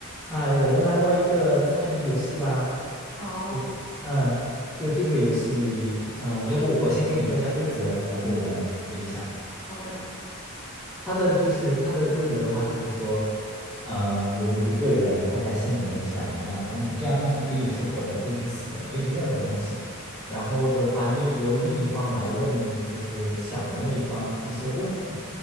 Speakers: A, in the centre; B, on the left.
A: 哎，我们来玩一个猜谜游戏吧。
B: 好，
A: 就，嗯，就这个游戏，嗯，要不我先跟你说一下规则，然后我们背一下。
B: 嗯，好的，
A: 它的就是它的规则的话，就是说，嗯，有一个人他在心里面想一样东西，这样东西可以是活的，可以是死的，可以是任何东西。然后的话，另由另一方来问，就是想的那一方一些问题，